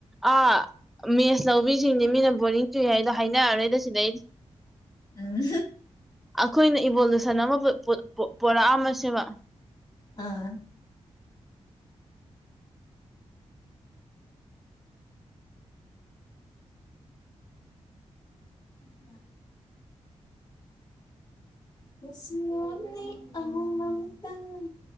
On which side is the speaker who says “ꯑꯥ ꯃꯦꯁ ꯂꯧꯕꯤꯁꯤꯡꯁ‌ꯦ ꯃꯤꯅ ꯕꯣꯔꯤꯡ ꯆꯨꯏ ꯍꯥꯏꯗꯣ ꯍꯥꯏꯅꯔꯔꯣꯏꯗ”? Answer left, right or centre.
Centre